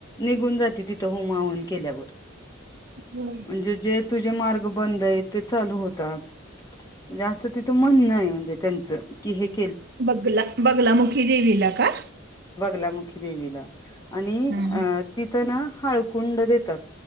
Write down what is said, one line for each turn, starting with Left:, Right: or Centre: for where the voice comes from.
Left: निघून जाते तिथं होमा होम हवन केल्यावर
Right: हम्म
Left: म्हणजे जे तझ मार्ग बंद आहे ते चालू होतात म्हणजे असं तिथं म्हण नाहीय <unintelligible>
Right: बगला बगलामुखी देवला का?
Left: ला मुखी देवीला. आणि
Right: हम्म
Left: अ तिथं ना हाळकुंड देतात.